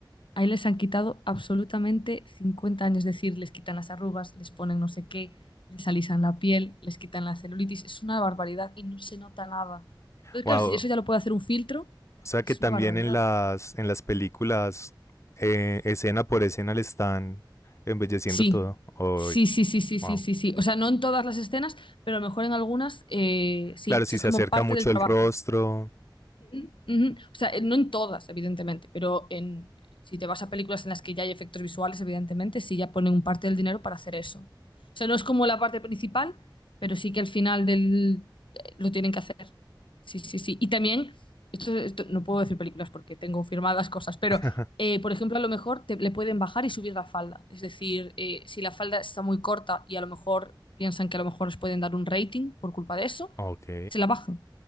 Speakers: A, on the left; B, on the left.
A: ahí les han quitado absolutamente 50 años. Es decir, les quitan las arrugas, les ponen no sé qué, les alisan la piel, les quitan la celulitis. Es una barbaridad y no se nota nada. Entonces,
B: wow,
A: claro, si eso ya lo puede hacer un filtro,
B: O sea
A: es
B: que también
A: una barbaridad.
B: en las, en las películas, eh, escena por escena, le están embelleciendo
A: Sí,
B: todo. Uy,
A: sí, sí, sí, sí, sí,
B: wow.
A: sí, sí. O sea, no en todas las escenas, pero a lo mejor en algunas eh, sí.
B: Claro, si
A: O sea,
B: se
A: es como
B: acerca
A: parte
B: mucho
A: del trabajo.
B: el rostro.
A: Ujú, ujú. O sea, eh, no en todas, evidentemente, pero en, si te vas a películas en las que ya hay efectos visuales, evidentemente, sí ya ponen un parte del dinero para hacer eso. O sea, no es como la parte principal, pero sí que al final del, eh, lo tienen que hacer. Sí, sí, sí. Y también, esto, esto- no puedo decir películas porque tengo firmadas cosas, pero,
B: <laughs>
A: eh, por ejemplo, a lo mejor te- le pueden bajar y subir la falda. Es decir, eh, si la falda está muy corta y a lo mejor piensan que a lo mejor les pueden dar un rating por culpa de eso,
B: Ok.
A: se la bajan.